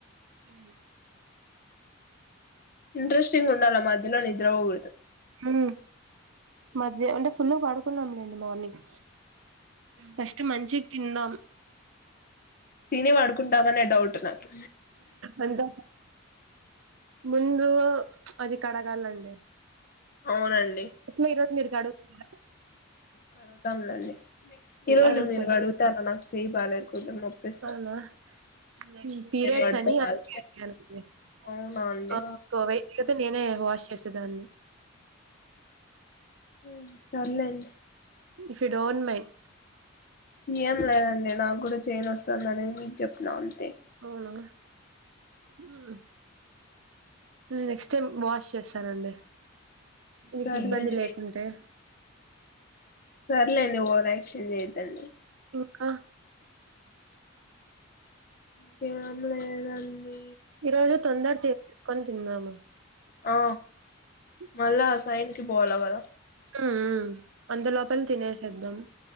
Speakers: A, on the right (about 70°); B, on the left (about 45°).
A: హ్మ్.
B: ఇంట్రెస్టింగ్ గుండాల మధ్యలో నిద్ర పోగు.
A: హ్మ్ మధ్య అంటే ఫుల్ పడుకున్నాం లేండి మార్నింగ్ ఫస్ట్ మంచిగ్ తిందాం.
B: తిని వడుకుంటామనే డౌట్ నాకి.
A: అంత ముందు అది కడగాలండి.
B: అవునండి.
A: ఎట్లా ఈరోజు మీరు కడుగుతున్నారా
B: కడుగుతంలెండి ఈ రోజు
A: అడుగుతా
B: మీరు కడుగుతారా నాకు చెయ్ బాలేద్ కొంచెం నొప్పి.
A: అవునా నెక్స్ట్ పీరియాడ్స్
B: కడుతా
A: అని
B: కాల్
A: అది అనింది <unintelligible>
B: అవునా అండి
A: కొవై పోతే నేనే వాష్ చేసేదాన్ని
B: హ్మ్ సర్లేండి.
A: ఇఫ్ యు డొన్ మైన్
B: ఏం లేదండి నాగుడా చైనోస్తంది అని మీక్ చెప్నాను.
A: అవునా ఉమ్. నెక్స్ట్ టైమ్ వాష్ చేశానండి. మీక్
B: సర్లేండి
A: ఇబ్బంది లేకుంటే.
B: సర్లేండి ఓవరాక్షన్ జేయద్దండి.
A: ఖ.
B: ఇంకేం లేదండీ.
A: ఈ రోజు తొందర చేసుకొని తిన్నాము. ఉమ్
B: ఆ మళ్ళా సైన్ కి పోవాల కదా
A: ఉమ్ అంత లోపల తినేసేద్దాం.